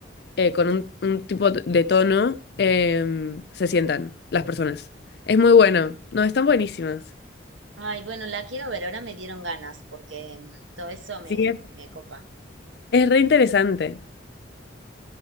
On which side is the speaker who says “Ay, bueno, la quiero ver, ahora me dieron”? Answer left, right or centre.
Right